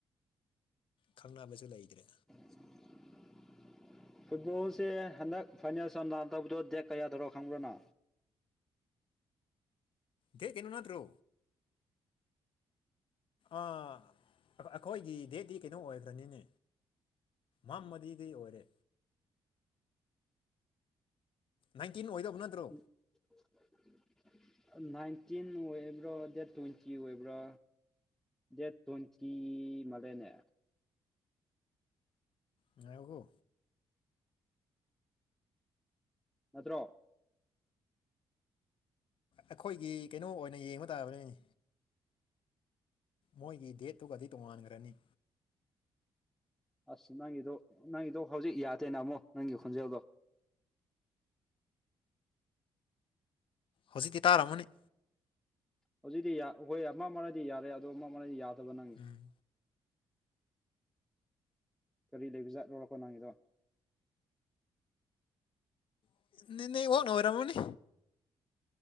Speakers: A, on the left; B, in the centre.
A: ꯈꯪꯅꯕꯁꯨ ꯂꯩꯇ꯭ꯔꯦ
B: ꯎꯝ ꯐꯨꯠꯕꯣꯜꯁꯦ ꯍꯟꯗꯛ ꯐꯥꯏꯅꯦꯜ ꯁꯥꯟꯗꯧꯕꯗꯣ ꯗꯦꯠ ꯀꯌꯥꯗꯅꯣ ꯈꯪꯕ꯭ꯔꯣ ꯅꯪ
A: ꯗꯦꯠ ꯀꯩꯅꯣ ꯅꯠꯇ꯭ꯔꯣ ꯑꯩꯈꯣꯏꯒꯤ ꯗꯦꯠꯇꯤ ꯀꯩꯅꯣ ꯑꯣꯏꯕꯅꯤꯅꯦ ꯃꯝꯃꯗꯤꯗꯤ ꯑꯣꯏꯔꯦ ꯅꯥꯏꯟꯇꯤꯟ ꯑꯣꯏꯗꯧꯕ ꯅꯠꯇ꯭ꯔꯣ
B: <unintelligible> ꯅꯥꯏꯟꯇꯤꯟ ꯑꯣꯏꯕ꯭ꯔꯥ ꯗꯦꯠ ꯇ꯭ꯋꯦꯟꯇꯤ ꯑꯣꯏꯕ꯭ꯔꯥ ꯗꯦꯠ ꯇ꯭ꯋꯦꯟꯇꯤ ꯃꯥꯜꯂꯦꯅꯦ
A: ꯉꯥꯏꯈꯣꯀꯣ
B: ꯅꯠꯇ꯭ꯔꯣ꯫
A: ꯑꯩꯈꯣꯏꯒꯤ ꯀꯩꯅꯣ ꯑꯣꯏꯅ ꯌꯦꯡꯕ ꯇꯥꯕꯅꯤꯅꯦ꯫ ꯃꯣꯏꯒꯤ ꯗꯦꯠꯇꯨꯒꯗꯤ꯫ ꯇꯣꯉꯥꯟꯒ꯭ꯔꯅꯤ
B: ꯑꯁ ꯅꯪꯒꯤꯗꯣ ꯅꯪꯒꯤꯗꯣ ꯍꯧꯖꯤꯛ ꯌꯥꯗꯦꯅ ꯑꯃꯨꯛ ꯅꯪꯒꯤ ꯈꯣꯟꯖꯦꯜꯗꯣ
A: ꯍꯧꯖꯤꯛꯇꯤ ꯇꯥꯔꯝꯃꯅꯤ꯫
B: ꯍꯧꯖꯤꯛꯇꯤ ꯌꯥ ꯍꯣꯏ ꯑꯃ ꯃꯔꯗꯤ ꯌꯥꯔꯦ ꯑꯗꯣ ꯑꯃ ꯃꯔꯗꯤ ꯌꯥꯗꯕꯅ
A: ꯎꯝ
B: ꯀꯔꯤ ꯂꯩꯕꯖꯥꯠꯅꯣ ꯅꯪꯒꯤꯗꯣ
A: <unintelligible> ꯑꯣꯏꯔꯝꯃꯅꯤ